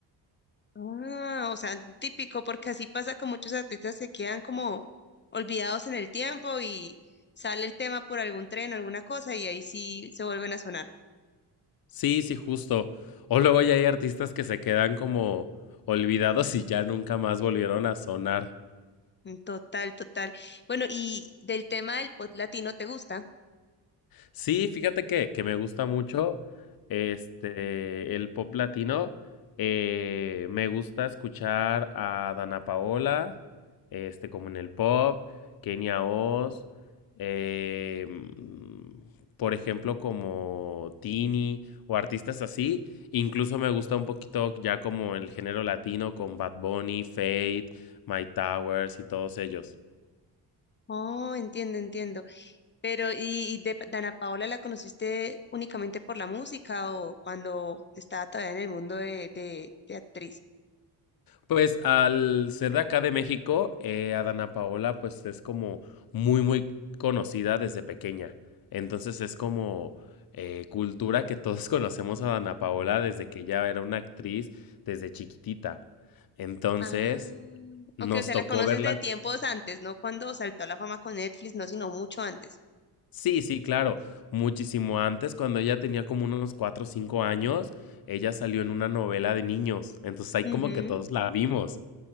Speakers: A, on the left (about 25°); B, on the left (about 60°).
A: Ah, o sea, típico, porque así pasa con muchos artistas que quedan como olvidados en el tiempo y sale el tema por algún tren alguna cosa y ahí sí se vuelven a sonar.
B: Sí, sí, justo. O luego ya hay artistas que se quedan como olvidados y ya nunca más volvieron a sonar.
A: Mm, Total, total. Bueno, y del tema del pop latino, ¿te gusta?
B: Sí, fíjate que, que me gusta mucho este el pop latino. Eh, me gusta escuchar a Dana Paola, este, como en el pop, Kenia Oz, eh, mm, por ejemplo, como Tini o artistas así. Incluso me gusta un poquito ya como el género latino con Bad Bunny, Fate, My Towers y todos ellos.
A: Oh, entiendo, entiendo. Pero, ¿y, y de Pa- Dana Paola la conociste únicamente por la música o cuando estaba todavía en el mundo de, de, de actriz?
B: Pues al ser de acá de México, eh, Adana Paola pues es como muy muy conocida desde pequeña. Entonces es como eh, cultura que todos <laughs> conocemos a Adana Paola desde que ya era una actriz desde chiquitita. Entonces
A: Ah,
B: nos
A: ok, o sea,
B: tocó
A: la conoces
B: verla.
A: de tiempos antes, no cuando saltó a la fama con Netflix, no, sino mucho antes.
B: Sí, sí, claro. Muchísimo antes, cuando ella tenía como unos cuatro o 5 años, ella salió en una novela de niños. Entonces ahí
A: Ujú.
B: como que todos la vimos.